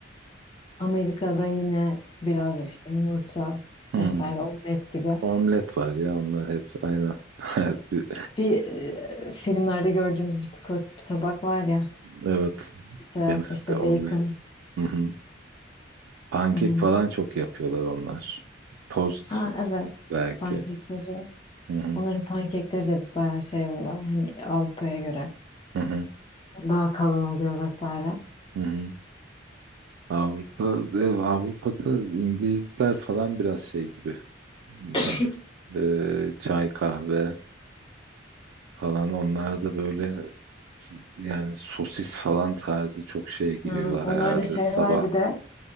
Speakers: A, on the left; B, on the right.
A: Amerika'da yine biraz işte yumurta
B: <clears throat>
A: vesaire omlet gibi.
B: Omlet var ya onlar hep aynı <laughs> Her bir,
A: Bir e, filmlerde gördüğümüz bir klasik bir tabak var ya.
B: evet.
A: Bir tarafta
B: Genelde
A: işte
B: omlet.
A: bacon.
B: Hı hı. Pankek
A: Aynen.
B: falan çok yapıyorlar onlar. Tost
A: Ha, evet.
B: belki.
A: Pankekleri.
B: Hı hı.
A: Onların pankekleri de bayağı şey oluyor. Hani Avrupa'ya göre
B: Hı hı.
A: daha kalın oluyor vesaire.
B: Hı hı. Avrupa, e, Avrupa'da İngilizler falan biraz şey gibi.
A: <coughs>
B: Hani e, çay kahve falan onlar da böyle yani sosis falan tarzı çok şeye giriyorlar
A: Ha, onlarda
B: herhalde
A: şey
B: sabah.
A: var bir de